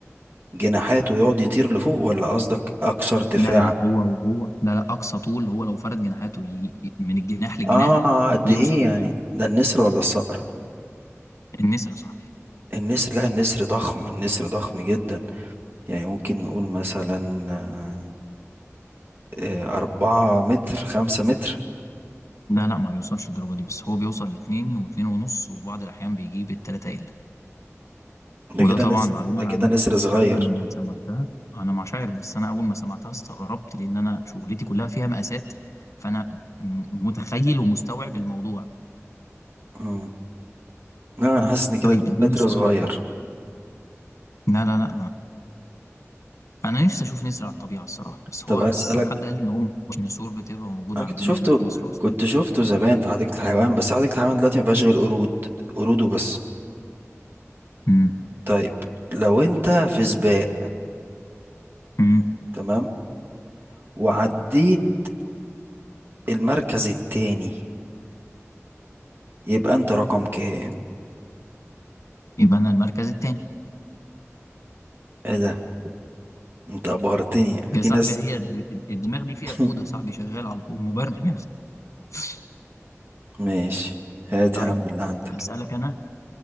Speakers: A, on the right; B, on the left.
A: جناحاته ويقعد يطير لفوق ولا قصدك اكثر ارتفاع
B: لا لا لا هو وهو لا لا اقصى طول هو لو فرد جناحاته ي... ي- من الجناح للجناح
A: اه قد
B: يوصل
A: ايه
B: لكام
A: يعني ده النسر ولا الصقر
B: النسر يا صاحبي
A: النسر لا النسر ضخم النسر ضخم جدا يعني ممكن نقول مثلا آه، آه، أربعة متر خمسة متر
B: لا لا ما بيوصلش الدرجه دي بس هو بيوصل لاتنين واتنين ونص وبعض الاحيان بيجيب التلاته الا
A: ده
B: وده
A: كده
B: طبعا
A: نسر
B: معلومه
A: ده
B: انا
A: كده
B: عن نفسي
A: نسر صغير
B: اول ما سمعتها انا مش عارف بس انا اول ما سمعتها استغربت لان انا شغلتي كلها فيها مقاسات فانا م- متخيل ومستوعب الموضوع
A: مم. لا أنا حاسس إن كده
B: طيب
A: اتنين
B: اديني
A: متر
B: سؤال
A: صغير
B: كده لا لا لا انا نفسي اشوف نسر على الطبيعه الصراحه بس
A: طب
B: هو
A: هسألك
B: اساسا حد قال لي ان هو مش نسور بتبقى موجوده
A: انا
B: عندنا
A: كنت شفته
B: هنا في مصر اصلا
A: كنت شفته زمان في حديقة الحيوان بس حديقة الحيوان دلوقتي ما فيهاش غير قرود قرود وبس
B: امم
A: طيب لو انت في سباق
B: امم
A: تمام وعديت المركز التاني يبقى انت رقم كام
B: يبقى انا المركز التاني
A: ايه ده انت ابهرتني
B: يا
A: في
B: صاحبي
A: ناس
B: هي الد- الدماغ دي فيها
A: <laughs>
B: كود يا صاحبي شغال على طول مبرمج يعني <laughs>
A: ماشي هات
B: طيب
A: يا عم اللي عندك
B: اسالك انا